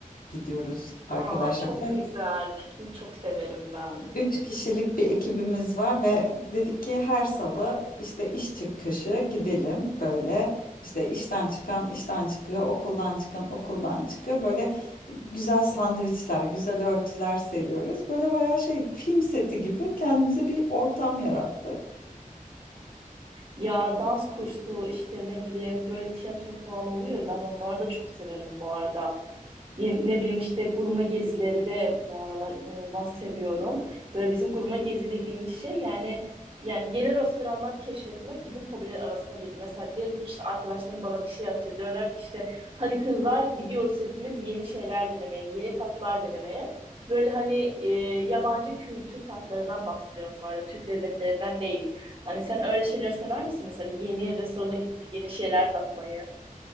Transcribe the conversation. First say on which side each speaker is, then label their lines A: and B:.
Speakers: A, on the left; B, on the right.
A: gidiyoruz arkadaşlar.
B: Aa çok
A: Evet.
B: güzel. Piknik çok severim ben.
A: Üç kişilik bir ekibimiz var ve dedik ki her salı işte iş çıkışı gidelim böyle işte işten çıkan işten çıkıyor okuldan çıkan okuldan çıkıyor böyle güzel sandviçler güzel örtüler seriyoruz böyle bayağı şey film seti gibi kendimize bir ortam yarattık.
B: Ya dans kursu işte ne bileyim böyle tiyatro falan oluyor. Ben onları da çok severim bu arada. Ye- Ne bileyim işte gurme gezileri de bu aralar inanılmaz seviyorum. Böyle bizim gurme gezi dediğimiz şey yani yani yeni restoranlar keşfetmek bizim hobiler arasına girdi. Mesela diyelim işte arkadaşlarım bana bir şey atıyor. Diyorlar ki işte hadi kızlar gidiyoruz hepimiz yeni şeyler denemeye, yeni tatlar denemeye. Böyle hani e, yabancı kültür tatlarından bahsediyorum bu arada. Türk lezzetlerinden değil. Hani sen öyle şeyler sever misin mesela yeni restorana gidip de yeni şeyler tatmayı?